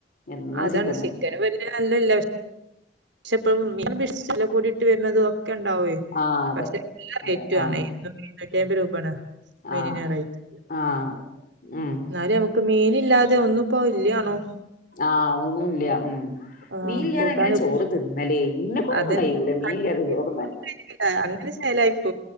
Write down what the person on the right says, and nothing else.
അതാണ്
ചിക്കനും
<unintelligible> <unintelligible> ക്കെണ്ടാവേ
പക്ഷെ നല്ല
റേയ്റ്റാണെ
<unintelligible> നൂറ്റയ്ബ് രൂപേണ്. മീനിന്
റെയ്റ്റ്
ന്നാലും <unintelligible> മീന്ല്ലാതെ ഒന്നുപ്പോ ഇല്ല്യാണും
ആഹ്
കൂട്ടാന്
അതന്നെ
<unintelligible> അങ്ങനെ ചേലായി